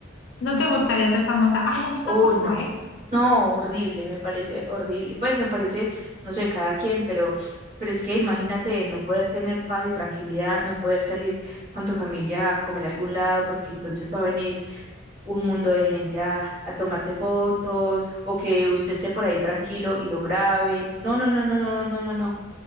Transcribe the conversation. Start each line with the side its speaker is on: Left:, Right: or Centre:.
Left: No te gustaría ser famosa. Ay, a mí tampoco,
Right: Oh, no,
Left: ¿eh?
Right: no, horrible, me parece horrible. Pues me parece, no sé, cada quien, pero, pero es que imagínate no poder tener paz y tranquilidad, no poder salir con tu familia a comer a algún lado, porque entonces va a venir un mundo de gente a, a tomarte fotos o que usted esté por ahí tranquilo y lo graben. No, no, no, no, no, no, no, no.